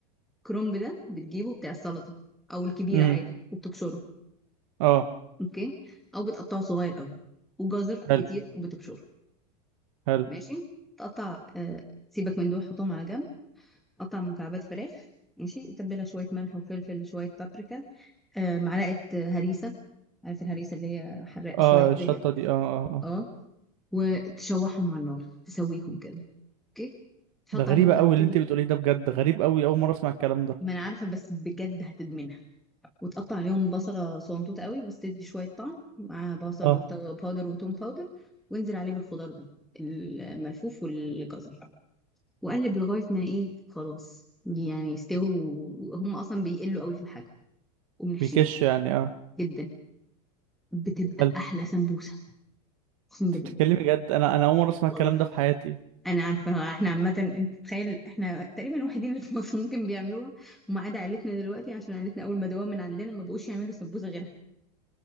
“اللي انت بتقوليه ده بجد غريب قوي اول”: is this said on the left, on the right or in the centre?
Right